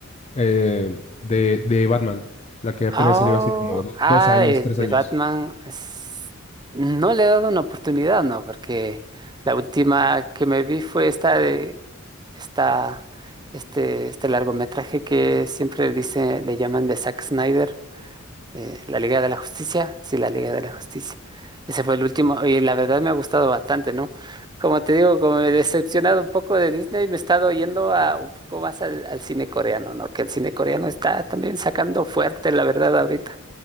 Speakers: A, on the left (about 30°); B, on the right (about 20°).
A: eh, de, de Batman, la que apenas
B: Oh,
A: salió hace como do-
B: ah,
A: dos años,
B: eh,
A: tres
B: de
A: años.
B: Batman. es- No le he dado una oportunidad, ¿no? Porque la última que me vi fue esta de esta, este, este largometraje que siempre dice, le llaman de Zack Snyder. eh, la Liga de la Justicia, sí, la Liga de la Justicia. Ese fue el último y la verdad me ha gustado bastante, ¿no? Como te digo, como me he decepcionado un poco de Disney, me he estado yendo a un poco más al, al cine coreano, ¿no? Que el cine coreano está también sacando fuerte, la verdad, ahorita.